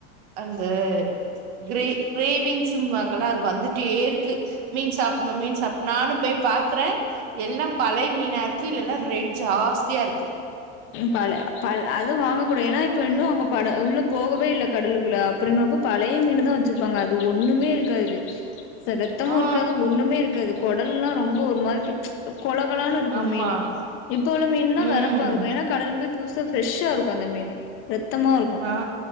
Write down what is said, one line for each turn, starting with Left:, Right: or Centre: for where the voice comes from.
Right: அந்த கிரே கிரேவிங்ஸ்வாங்களா அது வந்துட்டே இருக்கு மீன் சாப்பட்ணு மீன் சாப்ணு நானு போய் பாக்குற எல்லா பழைய மீன் இருக்கு இல்லன்னா ரேட் ஜாஸ்தியா இருக்கு
Left: பழ ப அதுவு வாங்க கூடாது ஏன்னா இப்ப இன்னு அவங்க பட உள்ள போகவே இல்ல கடலுக்குள்ள அப்டிங்கிறப்போ பழைய மீன்தா வச்சிருப்பாங்க அது ஒண்ணுமே இருக்காது செரத்தமு
Right: ஆ
Left: இருக்காது ஒண்ணுமே இருக்காது குடல்லா ரொம்ப ஒரு மாதி கொழகொழனு இருக்கு
Right: ஆமா
Left: மீனு இப்ப உள்ள மீன்ல்லா
Right: ம்
Left: வெறப்பா இருக்கு ஏன்னா கடலுக்கு போய் புதுசா ஃப்ரெஷ்ஷா இருக்கு அந்த மீனு ரத்தமா இருக்கு
Right: ஆ